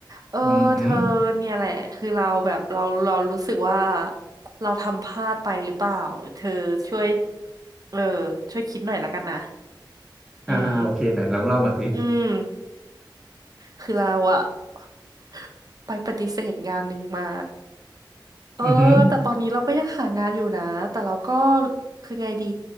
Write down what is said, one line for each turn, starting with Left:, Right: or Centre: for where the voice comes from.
Right: เออเธอเนี่ยแหละคือเราแบบเราเรารู้สึกว่า
Centre: อือหือ
Right: เราทำพลาดไปหรือเปล่าเธอช่วยเออช่วยคิดหน่อยละกันนะอืม
Centre: อ่าอ่าโอเคไหนลองเล่ามาสิ
Right: อืมคือเราอะ <laughs> ไปปฏิเสธงานหนึ่งมา เออแต่ตอนนี้เราก็ยังหางานอยู่นะแต่เราก็
Centre: อือหือ
Right: คือไงดี